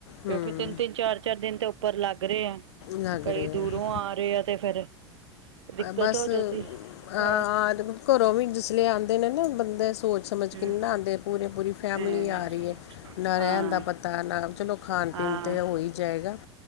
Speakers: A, on the left; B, on the right.
A: ਹੂੰ
B: ਕਿਉਂਕਿ ਤਿੰਨ ਤਿੰਨ ਚਾਰ ਚਾਰ ਦਿਨ ਤੇ ਉੱਪਰ ਲੱਗ ਰਹੇ ਆ
A: ਲੱਗ
B: ਕਈ
A: ਰਿਹਾ
B: ਦੂਰੋਂ ਆ ਰਹੇ ਆ ਤੇ ਫੇਰ ਦਿੱਕਤ
A: ਬਸ
B: ਹੋ ਜਾਂਦੀ ਤ
A: ਆ ਘਰੋਂ ਵੀ ਜਿਸ ਲੇ ਆਂਦੇ ਨੇ ਨਾ ਬੰਦੇ ਸੋਚ ਸਮਝ
B: ਹੂੰ
A: ਕੇ ਨੀ ਨਾ ਆਦੇ ਪੂਰੀ ਪੂਰੀ ਫੈਮਲੀ
B: ਹਾਂ
A: ਆ ਰਹੀ ਹੈ ਨਾ ਰਹਿਨ
B: ਹਾਂ
A: ਦਾ ਪਤਾ ਨਾ ਚਲੋ ਖਾਨ
B: ਹਾਂ
A: ਪੀਨ ਤਾਂ ਹੋ ਹੀ ਜਾਏਗਾ